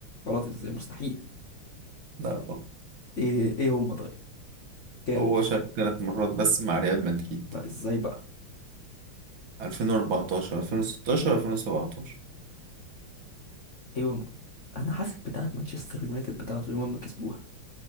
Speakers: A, on the left; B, on the right.
A: غلط إزاي مستحيل
B: لا غلط
A: إيه إيه هم طيب كام
B: هو شارك ثلاث مرات بس مع ريال مدريد
A: لا إزاي بقى
B: 2014 2016 2017
A: إيه هم أنا حاسب بتاعة مانشستر يونايتد بتاعته يوم ما كسبوها